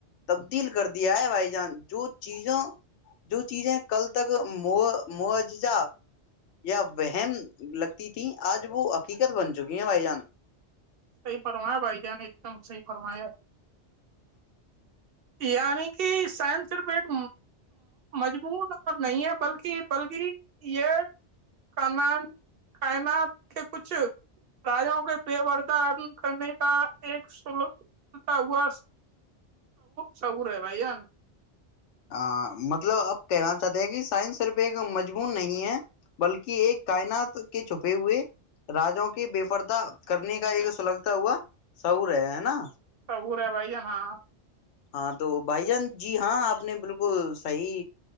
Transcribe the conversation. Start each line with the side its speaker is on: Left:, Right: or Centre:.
Left: تبدیل کر دیا ہے بھائی جان جو چیزوں جو چیزیں کل تک م مج جا یا وہم لگتی تھی آج وہ حقیقت بن چکی ہیں بھائی جان
Right: سحی فرمیا بائی ج نے ایک دم سی فرمیا یعنی کہ سائنس صرف ایک مجمون اور نہیں ہے بلکہ بلکہ یہ کائنات کے کچھ راجوں کے پور د کرنے کا ایک سلتا ہوا سہور ہے بھائی ن
Left: ا مطلب آپ کہنا چاہتے ہیں کہ سائنس صرف ایک مجمون نہیں ہے بلکہ ایک کائنات کے چھپے ہوئے راجوں کے بے پرردہ کرنے کا ایک سلگتا ہوا سعور ہے ہے نا
Right: وہ رہ ہے بھیا ہاں
Left: ہاں تو بھائی جان جی ہاں آپ نے بالکل صحیح